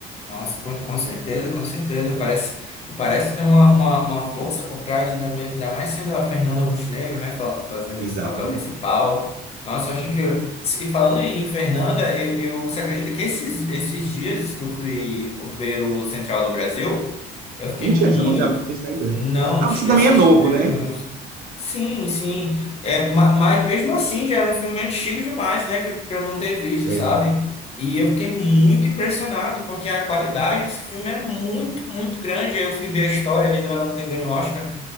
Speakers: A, on the left; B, on the right.
A: Nossa, com, com certeza, com certeza. Parece, e parece ter uma, uma, uma força por trás, ainda, me- ainda mais sendo a Fernanda Montenegro, né, fa- fazendo
B: Exatamente.
A: esse papel principal. Nossa, eu acho incrível. E falando em Fernanda, eu, eu, você acredita que esses, esses dias que eu fui ver o Central do Brasil, eu fiquei
B: Mentira,
A: muito.
B: você não tinha visto ainda.
A: Não
B: Ah,
A: tinha
B: você também
A: assistido.
B: é novo, né?
A: Sim, sim. É, ma- mas mesmo assim já era um filme antigo demais, né, que eu- pra eu não ter visto,
B: É,
A: sabe? E eu fiquei muito impressionado, porque a qualidade desse filme é muito, muito grande. Aí eu fui ver a história ali dela não ter ganho o Oscar